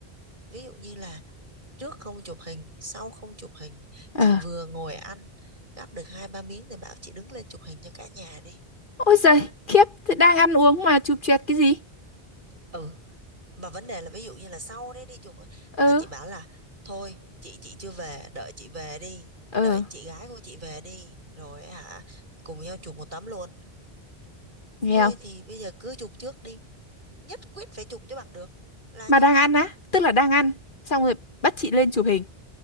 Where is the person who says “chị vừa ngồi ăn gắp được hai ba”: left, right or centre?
Right